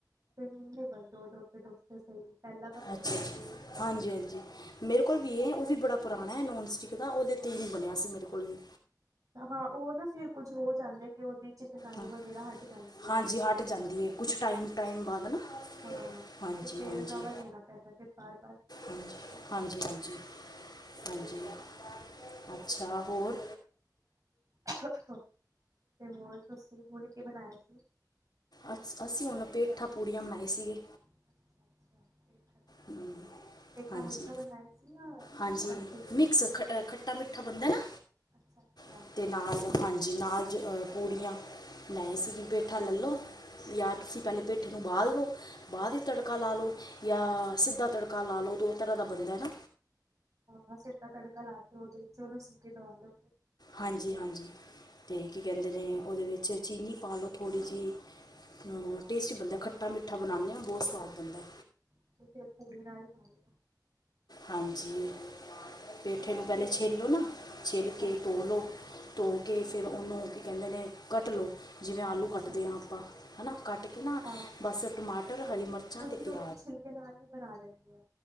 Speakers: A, on the right; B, on the left.
A: ਤੇ ਹੁਨ ਨੀ ਬਨਦੇ ਓ ਡੋਸੇ ਡੁਸੇ ਸਈ ਪੈਲਾਂ ਤਾਂ ਬਨ
B: ਅੱਛਾ
A: ਜਾਂਦੇ
B: ਜੀ
A: ਸੀ।
B: ਹਾਂਜੀ, ਹਾਂਜੀ। ਮੇਰੇ ਕੋਲ ਵੀ ਏ, ਓ ਵੀ ਬੜਾ ਪਰਾਨਾ ਏ ਨੋਨ ਸਟਿਕ ਦਾ ਓ ਤੇ ਹੀ ਬਨੇਆ ਸੀ ਮੇਰੇ ਕੋਲ ਵੀ।
A: ਹਾਂ, ਓ ਨਾ ਫਿਰ ਕੁੱਝ ਹੋ ਜਾਂਦੈ ਕਿ ਓਦੇ ਚ ਚਿਕਨਾਈ
B: ਹਾਂ
A: ਵਗੈਰਾ ਹਟ ਜਾਂਦੀ। ਹੈ
B: ਹਾਂਜੀ ਹਟ ਜਾਂਦੀ ਐ, ਕੁਛ ਟਾਈਮ, ਟਾਈਮ ਬਾਦ ਨਾ
A: ਹਾਂ
B: ਹਾਂਜੀ
A: ਤੇ ਫੇਰ
B: ਹਾਂਜੀ
A: ਨਵਾਂ ਲੈਣਾ ਪੈਂਦੈ ਤੇ ਫੇਰ ਬਾਰ, ਬਾਰ
B: ਹਾਂਜੀ, ਹਾਂਜੀ, ਹਾਂਜੀ, ਹਾਂਜੀ ਅੱਛਾ ਹੋਰ
A: ਤੇ ਹੋਰ ਤੁਸੀਂ ਹੁਣ ਕੀ ਬਣਾਏਆ ਸੀ?
B: ਅ ਅਸੀਂ ਹੋਣ ਪੇਠਾਂ ਪੂੜੀਆਂ ਬਨਾਈ ਸੀਗੀ।
A: ਅੱਛਾ ਅੱਛਾ ਪੇਠਾ ਦੇ ਨਾਲ
B: ਹੂੰ
A: ਪੂਰੀ ਪੇਠਾ
B: ਹਾਂਜੀ,
A: ਮਿੱਠਾ ਬਣਾਇਆ ਸੀ ਜਾਂ
B: ਹਾਂਜੀ
A: ਨਮਕੀਨ
B: ਮਿਕਸ ਖ ਖਟ ਤਾ ਮਿੱਠਾ ਬਨਦੈ ਨਾ
A: ਅੱਛਾ, ਅੱਛਾ।
B: ਅਤੇ ਨਾਲ ਹਾਂਜੀ, ਨਾਲ ਜ ਪੂੜੀਆਂ ਬਨਾਈ
A: ਅੱਛਾ।
B: ਸੀਗੀ ਪੇਠਾ ਲੈ ਲੌ ਯਾ ਤੁਸੀਂ ਪੈਲੇ ਪੇਠੇ ਨੂੰ ਓਬਾਲ਼ ਲੋ, ਬਾਦ ਚ ਤੜਕਾ ਲਾ ਲੋ ਯਾ ਸਿੱਧਾ ਤੜਕਾ ਲਾ ਲੋ ਦੋ ਤਰਾਂ ਦਾ ਬਨਦੈ ਨਾ।
A: ਹਾਂ ਸਿੱਦਾ ਤੜਕਾ ਲਾ ਕੇ ਓਦੇ ਚ, ਓਨੂੰ ਸੀਟੀ ਦਵਾ ਲੋ।
B: ਹਾਂਜੀ, ਹਾਂਜੀ ਤੇ ਕੀ ਕੈਂਦੇ ਨੇ ਓਦੇ ਵਿੱਚ ਚੀਨੀ ਪਾ ਲੋ ਥੋੜੀ ਜੀ
A: ਅੱਛਾ,
B: ਹੂੰ, ਟੇਸਟੀ ਬਨਦੈ ਖੱਟਾ ਮਿੱਠਾ ਬਨਾਂਨੇ ਆ ਬੋਤ ਸਵਾਦ ਬਨਦੈ।
A: <unintelligible> <unintelligible>
B: ਹਾਂਜੀ, ਪੇਠੇ ਨੂੰ ਪਹਿਲੇ ਛਿੱਲ ਲੋ ਨਾ, ਛਿੱਲ ਕੇ
A: ਹਾਂਜੀ,
B: ਧੋ
A: ਹਾਂਜੀ।
B: ਲੋ ਧੋ ਕੇ ਫਿਰ ਓਹਨੂੰ ਕੀ ਕਹਿੰਦੇ ਨੇ, ਕੱਟ ਲੋ ਜਿਵੇਂ ਆਲੂ
A: ਅੱਛਾ,
B: ਕੱਟਦੇ
A: ਅੱਛਾ।
B: ਆਂ ਆਪਾਂ ਹਨਾ ਕੱਟ ਕੇ ਨਾ,
A: ਹਾਂ, ਹਾਂ,
B: ਬਸ
A: ਹਾਂ।
B: ਟਮਾਟਰ ਹਰੀ ਮਰਚਾਂ
A: ਕੁਝ
B: ਤੇ ਪਿਆਜ਼-
A: ਛਿਲਕੇ ਨਾਲ ਵੀ ਬਣਾ ਲੈਦੇ